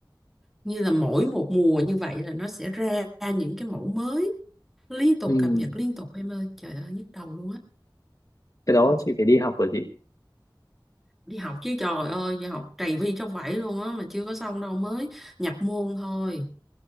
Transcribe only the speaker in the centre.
như là mỗi một mùa như vậy là nó sẽ ra những cái mẫu mới liên tục
cập nhật liên tục em ơi trời ơi nhức đầu luôn á
Ừ.
đi học chứ trời ơi đi học trầy vi trong vải luôn á mà chưa có xong đâu mới nhập môn thôi